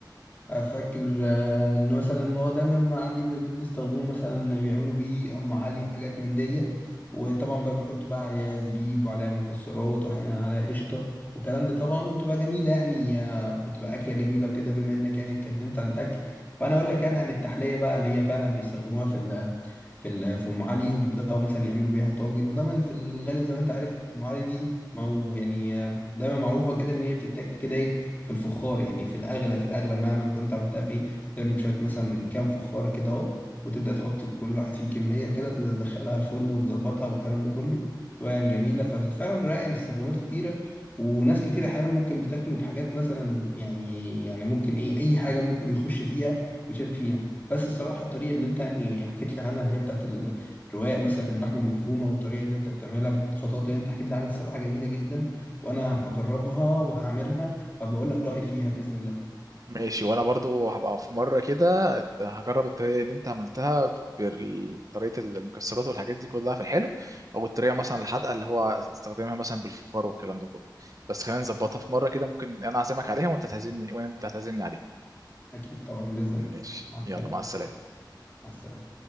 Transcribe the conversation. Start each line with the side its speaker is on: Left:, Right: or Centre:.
Left: فاكر آه، ان مثلا ان هو دايما ما عندي في البيت بيستخدموه مثلا بيعملوا بيه ام علي وحاجات من دي وطبعا بقى بيحطوا بقى عليها زبيب وعليها مكسرات واحيانا عليها قشطه والكلام ده طبعا وبتبقى جميله يعني آه، بتبقى اكله جميله وكده بما انك يعني اتكلمت عن الاكل فانا اقول لك يعني عن التحليه بقى اللي هي فعلا بيستخدموها في ال في ال في ام علي وبيبداوا مثلا يعملوا بيها طاجن ودايما في الغالب زي ما انت عارف ام علي دي ما هو يعني آه، دايما معروفه كده ان هي بتتاكل كده ايه في الفخار يعني في الأغلى في الأغلى مهما كنت عملتها فيه تعمل شوية مثلا كام فخارة كده أهو وتبدأ تحط كل واحد فيه كمية وكده تبدأ تدخلها الفرن وتظبطها والكلام ده كله تبقى يعني جميلة ففعلا رائع يعني استخداماته كتيرة وناس كتير أحيانا ممكن بتاكله بحاجات مثلا يعني يعني ممكن إيه أي حاجة ممكن يخش فيها ويشارك فيها بس الصراحة الطريقة اللي أنت يعني حكيت لي عنها اللي هي بتاعت ال- الرواية مثلا اللحمة المفرومة والطريقة اللي أنت بتعملها بالخطوات اللي أنت حكيت لي عنها الصراحة جميلة جدا وأنا هجربها وهعملها فبقول لك رأيي فيها بإذن الله
Right: ماشي وانا برضو هبقى في مره كده هجرب الطريقه اللي انت عملتها بطريقه المكسرات والحاجات دي كلها في الحلو او الطريقه مثلا الحادقه اللي هو استخدمها مثلا بالفخار والكلام ده كله بس خلينا نظبطها في مره كده ممكن انا اعزمك عليها وانت تعزمني وانت تعزمني عليها
Left: أكيد طبعا بإذن
Right: ماشي
Left: الله مع السلامة
Right: يلا مع السلامه
Left: مع السلامة